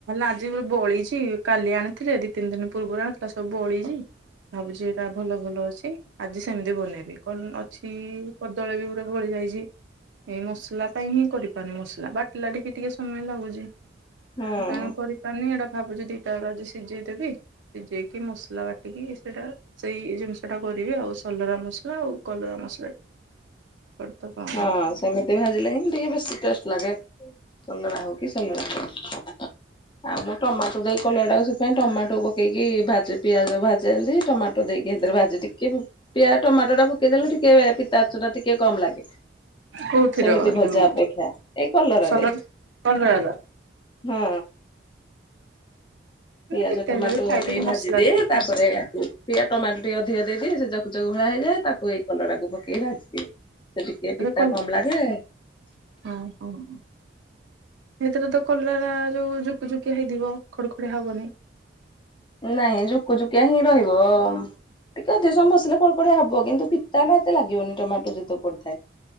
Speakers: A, on the right (about 75°); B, on the left (about 25°).
A: ଆଜି ବଳିଛି କାଲି ଆଣିଥିଲେ ଦି ତିନି ଦିନ ପୂର୍ବରୁ ଆଣିଥିଲା ସବୁ ବଳିଛି ଭାବୁଚି ଏଇଟା ଭଲ ଭଲ ଅଛି ଆଜି ସେମିତି ବନେଇବି କଣ ଅ ଛି କଦଳୀ ବି ଗୂରେ ବଳି ଯାଇଛି। ଏଇ ମସଲା ପାଇଁ ହିଁ କରିପାରୁନି ମସଲା ବାଟିଲା ଟିକେ ଟିକେ ସମୟ ଲାଗୁଛି।
B: ହଁ
A: ତେଣୁ କରିପାରୁିନି ଏଇଟା ଭାବୁଛି ଦିଟା ଯାକ ସିଝେଇଦେବି ଶିଯେଇକି ମସଲା ବାଟିକି ସେଇଟା ସେଇ ଜିନିଷ ଟା କରିବି ଆଉ ସଲରା ମସଲା ଆଉ କଲରା ମସଲା ଟିକେ କରିଦେବା।
B: ହଁ ସେମିତି ଭାଜିଲେ ହିଁ ଟିକେ ବେଶୀ ଟେଷ୍ଟ ଲାଗେ। କଲରା ହଉ କି ସଲରା ହଉ। ଆଉ ମୁଁ ଟମାଟୋ ଦେଇ କଲେ ଏଟାକୁ ସେପାଇ ଟମାଟୋ ପକେଇକି ଭାଜେ ପିଆଜ ଭାଜେ ଏମିତି ଟମାଟୋ ଦେଇକି ସେଥିରେ ଭାଜେ ଟିକେ ପିଆ ଟମାଟୋ ଟା ପକେଇଦେଲେ ଟିକେ ପିତା ଅଂଶ ଟା ଟିକେ କମ ଲାଗେ।
A: କୋଉଥିର
B: ସେମିତି ଭଜା
A: ଯୋଉ
B: ଅପେକ୍ଷା ଏଇ କଲରାରେ।
A: ସଲରା କଲରାର
B: ହଁ।
A: ମାନେ
B: ପିଆଜ
A: କେତେ
B: ଟମାଟୋ
A: ହେଲେ ବି ଖାଇଦେଲେ
B: ଦେଇ ଭାଜିଦିଏ
A: ମସଲା ଦେଇକି
B: ତାପରେ ଆକୁ ପିଆ ଟମାଟୋ ଟିକେ ଅଧିକ ଦେଇଦିଏ ସେ ଜକ ଜକ ଭଳିଆ ହେଇଯାଏ ତାକୁ ଏଇ କଲରାକୁ ପକେଇ ଭାଜି ଦିଏ ସେ ଟି ଟିକେ ପିତା
A: ଏବେ କଲ
B: କମ୍ ଲାଗେ।
A: ଓହୋ ହୋ। ସେଥିରେ ତ କଲରା ର ଯୋଉ ଯୁକୁ ଜୁକିଆ ହେଇଥିବ ଖଡ ଖଡିଆ ହବନି।
B: ନାଇଁ ଜୁକୁଜୁକିଆ ହିଁ ରହିବ ଉଁ ଟିକେ ଅଧିକ ସମୟ ବସିଲେ କଡ କଡିଆ ହବ କିନ୍ତୁ ପିତା ଟା ଏତେ ଲାଗିବନି ଟମାଟୋ ଯେତକ ପଡିଥାଏ।